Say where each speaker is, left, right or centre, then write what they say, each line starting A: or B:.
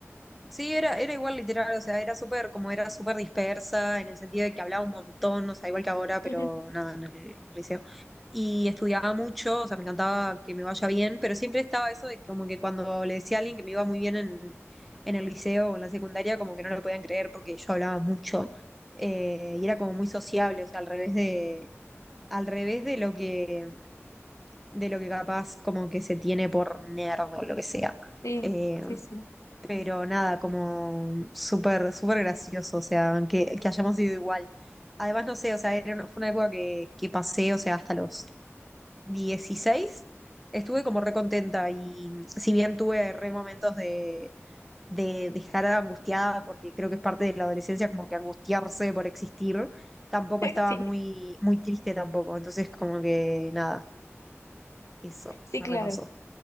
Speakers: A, in the centre; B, on the left (about 85°).
A: Sí, era, era igual literal, o sea, era súper, como era súper dispersa, en el sentido de que hablaba un montón, o sea, igual que ahora, pero
B: <laughs>
A: nada, en el, en el liceo. Y estudiaba mucho, o sea, me encantaba que me vaya bien, pero siempre estaba eso de que como que cuando le decía a alguien que me iba muy bien en, en el liceo o en la secundaria, como que no lo podían creer porque yo hablaba mucho, eh, y era como muy sociable, o sea, al revés de, al revés de lo que, de lo que capaz como que se tiene por nerd o lo que sea.
B: Sí,
A: Eh,
B: sí, sí.
A: pero nada, como súper, súper gracioso, o sea, que, que hayamos ido igual. Además, no sé, o sea, era una- fue una época que, que pasé, o sea, hasta los 16 estuve como re contenta y si bien tuve re momentos de, de, de estar angustiada, porque creo que es parte de la adolescencia como que angustiarse por existir, tampoco
B: <laughs>
A: estaba
B: Sí,
A: muy, muy triste tampoco, entonces como que nada, eso,
B: sí,
A: me
B: claro.
A: repasó.